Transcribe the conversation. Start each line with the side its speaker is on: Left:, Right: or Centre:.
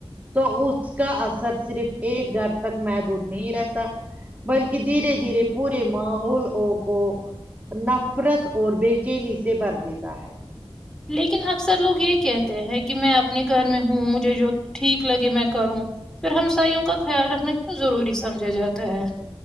Right: تو اس کا اثر صرف ایک گھر تک محدود نہیں رہتا بلکہ دھیرے دھیرے پورے ماحول کو نفرت اور بےچینی سے بھر دیتا ہے
Centre: لیکن اکثر لوگ یہ کہتے ہیں کہ میں اپنے گھر میں ہوں مجھے جو ٹھیک لگے میں کروں پھر ہمساوں کا خیال رکھنا کیوں ضروری سمجھا جاتا ہے